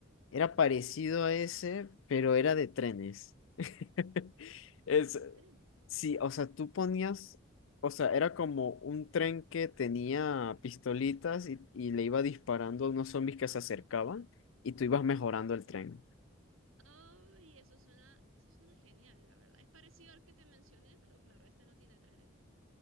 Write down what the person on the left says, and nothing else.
era parecido a ese, pero era de trenes. <laughs> Es,
sí, o sea, tú ponías, o sea, era como un tren que tenía pistolitas y, y le iba disparando a unos zombies que se acercaban y tú ibas mejorando el tren.